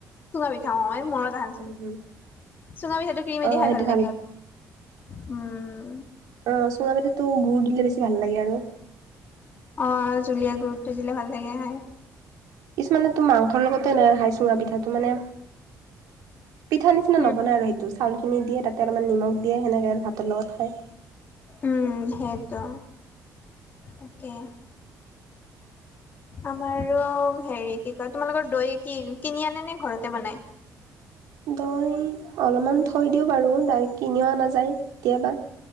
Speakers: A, on the left (about 30°); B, on the right (about 85°).
A: চুঙা পিঠা অ মই মনত আহনিছে
B: উম হুম
A: চুঙা পিঠাটো কিনমেদি
B: অ
A: খাই
B: সেইটো
A: ভাল লাগে হম
B: আহ চুঙাটো গুড় দিলে বেছি ভাল লাগে আৰু
A: অ জুলীয়া গুৰুতটো দিলে ভাল লাগে খায়।
B: কিছুমানে তো মাংসৰ লগতে ন খাই চুঙা পিঠাটো মানে পিঠা নিচিনা
A: উম
B: নবনায় আৰু সেইটো চাউলখিনি দিয়ে তাতে অলপমান নিমখ দিয়ে হেনেকে আৰু ভাতৰ লগত খায়।
A: উম সেইটো তাকে
B: <inaudible>
A: আমাৰো হেৰি কি কয় তোমালোকৰ দৈ কি কিনি আনে নে ঘৰতে বনাই
B: দ অলপমান থৈ দিওঁ বাৰু দাৰেক কিনি অনা যায় কেতিয়াবা।